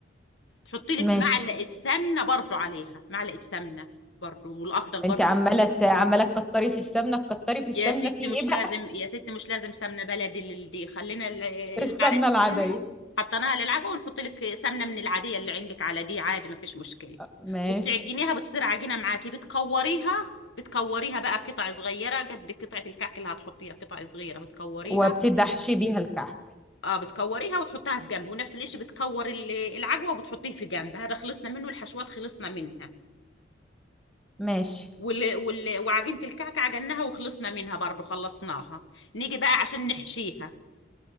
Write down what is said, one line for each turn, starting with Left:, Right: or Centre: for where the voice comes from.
Left: تحطي لك
Centre: ماشي
Left: معلقه سمنه برضو عليها معلقه سمنه برضو والافضل برضو
Centre: انت عمالة ت- عمالة تكتري في السمنة تكتري في السمنة
Left: يا ستي
Centre: في
Left: مش
Centre: ايه
Left: لازم
Centre: بقى
Left: يا ستي مش لازم سمنه بلدي لل- دي خلينا ال-
Centre: <laughs> السمنة
Left: المعلقه السمنه
Centre: العادية
Left: حطيناها للعجوه ونحط لك سمنه من العاديه اللي عندك على دي عادي ما فيش مشكله
Centre: ماشي
Left: وبتعجنيها بتصير عجينه معاكي بتكوريها بتكوريها بقى قطع صغيره قد قطعه الكعك اللي هتحطيها قطع صغيره بتكوريها
Centre: وبتدحشي بيها الكعك
Left: اه بتكوريها وتحطها في جنب ونفس الشيء بتكور ال- العجوه وبتحطيه في جنب هذا خلصنا منه الحشوات خلصنا منها
Centre: ماشي
Left: وال... وال... وعجينه الكعكه عجناها وخلصنا منها برضو خلصناها نيجي بقى عشان نحشيها